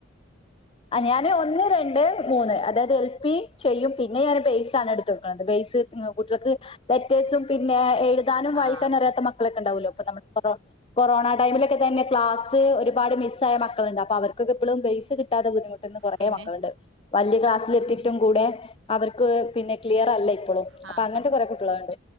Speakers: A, on the left (about 25°); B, on the right (about 70°).
A: ഞാന് ഒന്ന് രണ്ട് മൂന്ന് അതായത് എൽപി ചെയ്യും പിന്നെ ഞാൻ ബേസാണ് എട്ത്ത്കൊട്ക്ക്ണത് ബേസ് കുട്ടികൾക്ക് ലെറ്റേസും പിന്നെ എഴ് താനും വായിക്കാനും
B: ആ
A: അറിയത്ത മക്കളൊക്കെണ്ടാവോലോ നമ്മ കൊ കൊറോണ ടൈമിലൊക്കെ തന്നെ ക്ലാസ് ഒരുപാട് മിസ് ആയ മക്കളുണ്ട് അപ്പൊ അവർക്കൊക്കെ പ്പളും ബേയ്സ് കി ട്ടാത്ത ബുദ്ധിമുട്ട് ന്ന കൊറേ
B: പിന്നെ
A: മക്കള്ണ്ട് വല്യ ക്ലാസ് സ്സിലെത്തിട്ടും കൂടെ അവർക്ക് പിന്നെ ക്ലിയർ അല്ല പ്പളും
B: ആ
A: അപ്പൊ അങ്ങനത്തെ
B: ത-
A: കൊറേ കുട്ട്യാള്ണ്ട്